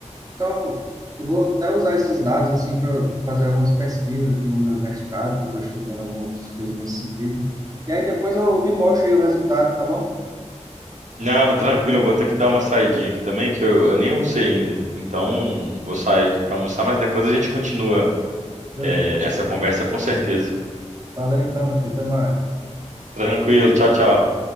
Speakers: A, on the right; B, on the right.
A: Então, eu vou até usar esses dados assim para fazer algumas pesquisas aqui no meu mestrado, que eu estou estudando algumas coisas nesse sentido. E aí depois eu lhe mostro aí o resultado, tá bom?
B: Não, tranquilo, eu vou ter que dar uma saidinha aqui também, que eu, eu nem almocei ainda. Então, vou sair aqui para almoçar, mas depois a gente continua,
A: Beleza.
B: eh, essa conversa com certeza.
A: Valeu então, meu filho. Até mais.
B: Tranquilo, tchau, tchau.